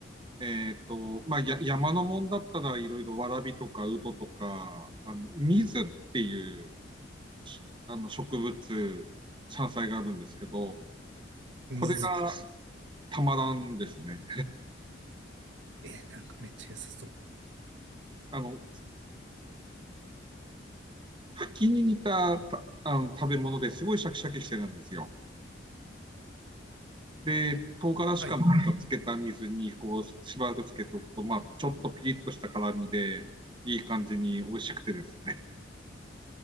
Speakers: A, on the right; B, on the right.
A: えっと、まあ、や、山のもんだったらいろいろわらびとかウドとか、あの、水っていう、あの、植物、山菜があるんですけど、
B: 水。
A: これがたまらんですね。
B: え、なんかめっちゃ良さそう。
A: あの、茎に似た、た、あの、食べ物ですごいシャキシャキしてるんですよ。で、唐辛子かなんかつけた水に、
B: はい。
A: こう、ししばらくつけておくと、まあ、ちょっとピリッとした辛みで、いい感じに美味しくてですね、